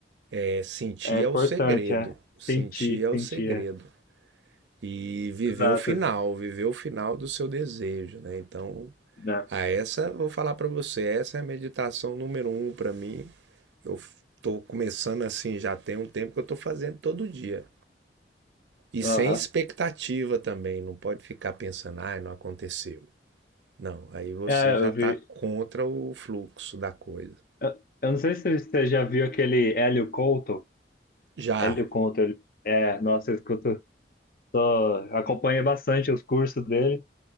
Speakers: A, on the right; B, on the left.
A: é sentir
B: É importante,
A: é o segredo,
B: é.
A: sentir
B: Sentir,
A: é o
B: sentir,
A: segredo.
B: é.
A: E viver
B: Exato.
A: o final, viver o final do seu desejo, né? Então,
B: Né?
A: a essa vou falar para você, essa é a meditação número um para mim. Eu estou começando assim, já tem um tempo que eu estou fazendo todo dia. E
B: Aham.
A: sem expectativa também, não pode ficar pensando, ai, não aconteceu. Não, aí você
B: É,
A: já
B: eu
A: está
B: vi.
A: contra o fluxo da coisa.
B: Eu, eu não sei se você já viu aquele Hélio Couto.
A: Já,
B: Hélio Couto, ele- é, nossa, eu escuto, ó, acompanho bastante os cursos dele.